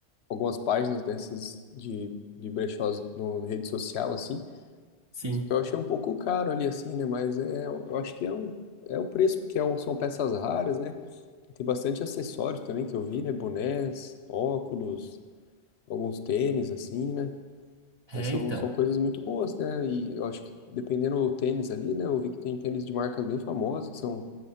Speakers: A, on the left; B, on the right.
A: algumas páginas dessas de, de brechós no, na rede social assim.
B: Sim.
A: Só que eu achei um pouco caro ali assim, né, mas é eu acho que é o, é o preço, porque é um- são peças raras, né? Tem bastante acessórios também que eu vi, né, bonés, óculos, alguns tênis assim, né? Mas
B: É,
A: são,
B: então.
A: são coisas muito boas, né? E eu acho que dependendo do tênis ali, né? Eu vi que tem tênis de marcas bem famosas, que são